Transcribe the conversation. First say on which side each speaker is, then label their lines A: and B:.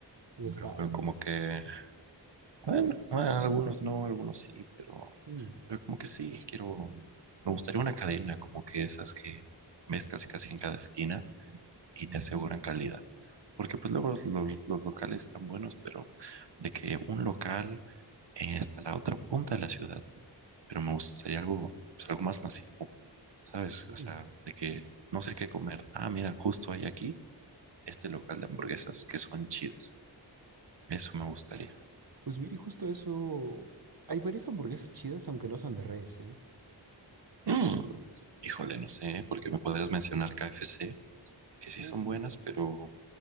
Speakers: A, on the right; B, on the right.
A: Les
B: pero,
A: falta.
B: pero como que, bueno, ah, algunos no, algunos sí, pero,
A: Mm,
B: pero como que sí, quiero, me gustaría una cadena como que esas que ves casi casi en cada esquina y te aseguran calidad. Porque pues luego los, los- los locales están buenos, pero de que un local eh, está a la otra punta de la ciudad, pero me gustaría algo, pues, algo más masivo, ¿sabes?
A: mm.
B: O sea, de que no sé qué comer. Ah, mira, justo hay aquí este local de hamburguesas que son chidas. Eso me gustaría.
A: Pues mire, justo eso. Hay varias hamburguesas chidas, aunque no son de res, ¿eh?
B: Mm, híjole, no sé, porque me podrías mencionar KFC, que sí
A: Mm,
B: son buenas, pero,